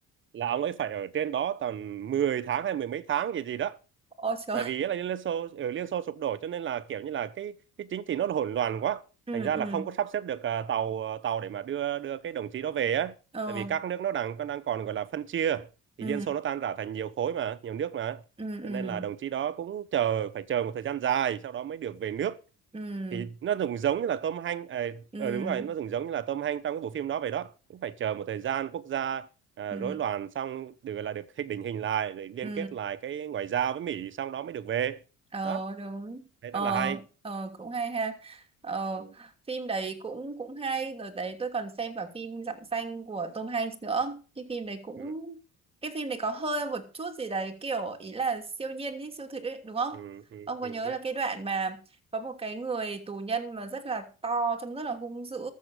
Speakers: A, on the right (about 40°); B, on the right (about 20°).
A: là ông ấy phải ở trên đó tầm 10 tháng hay mười mấy tháng gì gì đó
B: ôi trời
A: tại vì là Liên Xô ở Liên Xô sụp đổ cho nên là kiểu như là cái cái chính trị nó là hỗn loạn quá
B: ừ
A: thành ra
B: ừ
A: là không có sắp xếp được à, tàu à, tàu để mà đưa đưa cái đồng chí đó về á
B: ờ
A: tại vì các nước nó đang đang còn gọi là phân chia thì
B: ừ
A: Liên Xô nó tan rã thành nhiều khối mà nhiều nước mà
B: ừ
A: cho
B: ừ
A: nên là đồng chí đó cũng chờ phải chờ một thời gian dài sau đó mới được về nước
B: ừ
A: thì nó cũng giống như là Tom Hanks à,
B: ừ
A: ờ, đúng rồi nó cũng giống như là Tom Hanks trong cái bộ phim đó vậy đó cũng phải chờ một thời gian quốc gia à,
B: ừ
A: rối loạn xong được gọi là được hình định hình lại rồi liên
B: ừ
A: kết lại cái ngoại giao với Mỹ xong đó mới được về
B: ờ
A: đó
B: đúng
A: thấy
B: ờ
A: rất là hay
B: ờ cũng hay ha ờ
A: ừ,
B: phim đấy cũng cũng hay rồi đấy tôi còn xem cả phim Dặm Xanh của Tom Hanks nữa cái phim đấy cũng
A: ừ,
B: cái phim đấy có hơi một chút gì đấy kiểu ý là siêu nhiên ý, siêu thực ấy đúng không
A: ừ, ừ,
B: ông
A: ừ,
B: có nhớ
A: biết
B: là cái đoạn mà có một cái người tù nhân mà rất là to trông rất là hung dữ